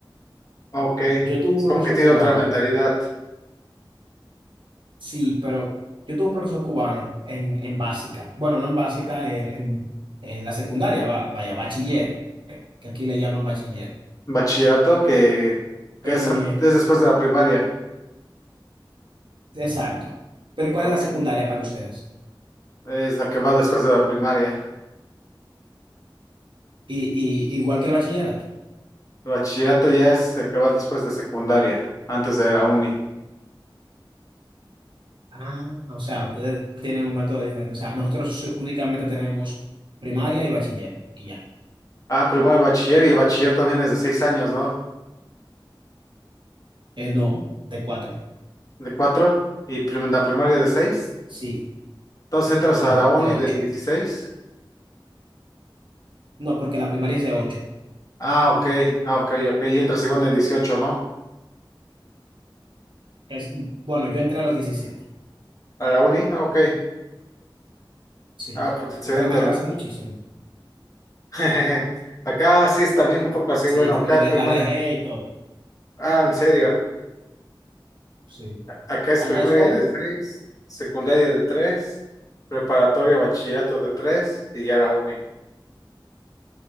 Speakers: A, on the left (about 40°); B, on the right (about 70°).
A: Ok, es
B: Yo tuve un profesor
A: como que tiene
B: cubano,
A: otra mentalidad.
B: sí, pero yo tuve un profesor cubano en, en básica, bueno, no en básica, eh, en, en la secundaria, va- vaya, bachiller, eh, que aquí le llaman bachiller.
A: Bachillerato que, que
B: Eh,
A: es, an- es después de la primaria,
B: exacto. Pero ¿cuál
A: ok,
B: es la secundaria para ustedes?
A: es la que va después de la primaria.
B: Y, y, igual que el bachillerato.
A: El bachillerato ya es el que va después de secundaria, antes de la uni.
B: Ah, o sea, ustedes tienen un método diferente, o sea, nosotros únicamente tenemos primaria y bachiller. y ya.
A: Ah, primero de bachiller y bachiller también es de seis años, ¿no?
B: Eh, no, de cuatro.
A: De cuatro y prim- la primaria de seis.
B: Sí,
A: Entonces entras
B: no,
A: a la uni
B: de ocho.
A: de dieciséis.
B: No, porque la primaria es de ocho.
A: Ah, ok, ah, ok, ok. Y entras igual de dieciocho, ¿no?
B: Es, bueno, yo entré a los 17.
A: A la uni, ah, ok.
B: sí.
A: Ah, pues excelente,
B: Pero me atrasé
A: hermano.
B: muchísimo.
A: <laughs> Acá sí es también un poco así,
B: Sí,
A: bueno, acá
B: lo de,
A: primaria.
B: la dejé y todo.
A: Ah, en serio.
B: Sí.
A: Acá es
B: Allá
A: primaria
B: es como,
A: de seis, secundaria de tres, preparatoria, bachillerato de tres y ya la uni.